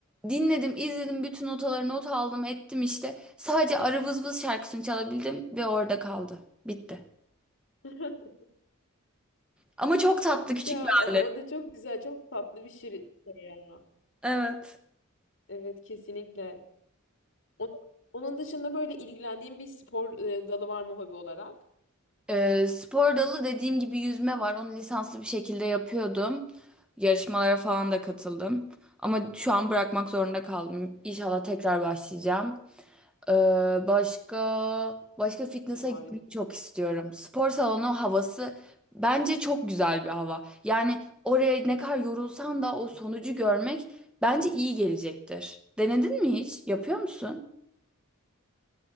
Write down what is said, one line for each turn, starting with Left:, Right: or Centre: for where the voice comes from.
Centre: Dinledim, izledim, bütün notaları not aldım, ettim işte. Sadece Arı Vız Vız şarkısını çalabildim ve orada kaldı. Bitti.
Left: <laughs>
Centre: Ama çok tatlı küçük
Left: Ya
Centre: bir
Left: ama
Centre: alet.
Left: o da çok güzel, çok tatlı bir şir- şey ya.
Centre: Evet.
Left: Evet kesinlikle. Onun, onun dışında böyle ilgilendiğin bir spor e, dalı var mı hobi olarak?
Centre: Ee, spor dalı dediğim gibi yüzme var. Onu lisanslı bir şekilde yapıyordum. Yarışmalara falan da katıldım. Ama şu an bırakmak zorunda kaldım. İnşallah tekrar başlayacağım. Ee, başka başka fitness'a
Left: Ay, harika.
Centre: gitmeyi çok istiyorum. Spor salonu havası bence çok güzel bir hava. Yani oraya ne kadar yorulsan da o sonucu görmek bence iyi gelecektir. Denedin mi hiç? Yapıyor musun?